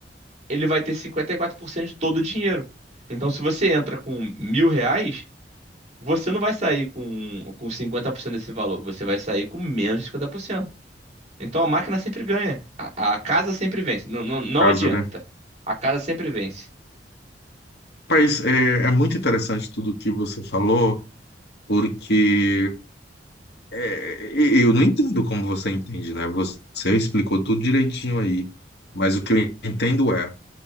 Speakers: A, on the right; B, on the left.
A: ele vai ter 54% de todo o dinheiro. Então, se você entra com mil reais, você não vai sair com, com 50% desse valor, você vai sair com menos de 50%. Então, a máquina sempre ganha, a, a casa sempre vence, não, não, não
B: Casa,
A: adianta.
B: né?
A: A casa sempre vence.
B: Mas é, é muito interessante tudo que você falou, porque É, e- eu não entendo como você entende, né? Você explicou tudo direitinho aí, mas o que eu entendo é,